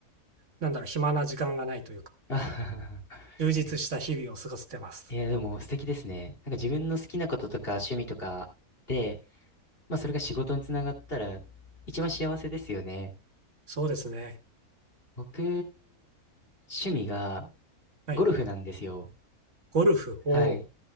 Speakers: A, on the right (about 50°); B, on the left (about 40°).
A: う、なんだろう、暇な時間がないというか、
B: あ
A: 充実した日々を過ごせてます。
B: <laughs> えいや、でも素敵ですね。なんか自分の好きなこととか趣味とかで、まあそれが仕事につながったら一番幸せですよね。
A: そうですね。
B: 僕、趣味が
A: はい。
B: ゴルフなんですよ。
A: ゴルフを、
B: はい。